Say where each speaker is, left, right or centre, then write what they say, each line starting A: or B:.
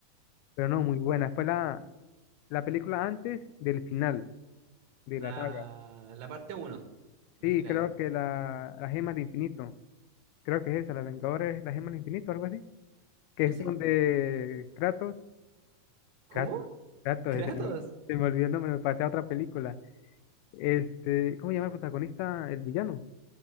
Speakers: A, on the left (about 85°); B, on the right (about 70°).
A: pero no, muy buena. Fue la, La película antes del final de
B: la,
A: la saga.
B: la parte uno del
A: Sí,
B: final.
A: creo que la, la Gema del Infinito. Creo que es esa, la Vengadores, la Gema del Infinito, algo así. Que
B: Sí,
A: es
B: sí.
A: donde Kratos,
B: ¿Cómo?
A: Kratos, Kratos,
B: Kratos.
A: se me, se me olvidó el nombre, me pasé a otra película. Este, ¿cómo se llama el protagonista? El villano.